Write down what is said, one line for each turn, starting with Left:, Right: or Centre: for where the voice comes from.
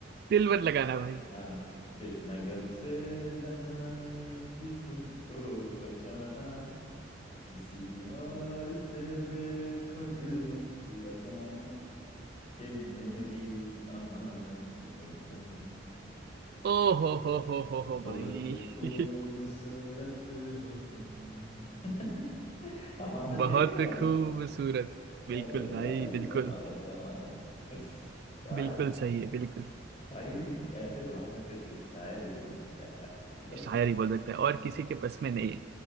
Right: दिल मत लगाना भाई
Left: हाँ कि नजर से जमाने की खुद को बचाना किसी और से देखो दिल मत लगाना कि मेरी अमानत हो तुम
Right: ओ हो हो हो हो हो
Left: बहुत
Right: भाई
Left: खूबसूरत
Right: <laughs>
Left: हो तुम <laughs> अमानत
Right: बहुत
Left: देख रहे हो
Right: खूबसूरत बिल्कुल
Left: अरे
Right: भाई
Left: भाई
Right: बिल्कुल
Left: अमानत है अमानत शायर
Right: बिल्कुल सही है बिल्कुल
Left: भाई ऐसे भावना सिर्फ एक शायर ही बोल सकता है यार मतलब
Right: शायर ही बोल सकते हैं और किसी के बस में नहीं है